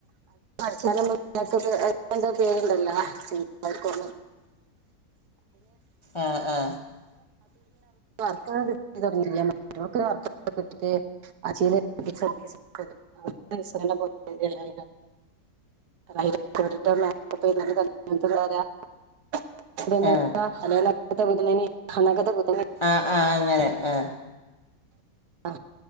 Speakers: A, on the right; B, on the left.
A: അത്സാന പേരുണ്ടല്ലോന്ന അെ പോ
B: ആ ആ
A: വർക്കൊ കിി തുടങ്ങി മറ്റക്ക് വർക്കക്കെ കിട്ടിട്ട് ആീ രാ <unintelligible>
B: ആ ആ ആ അങ്ങനെ ആ
A: ആഹ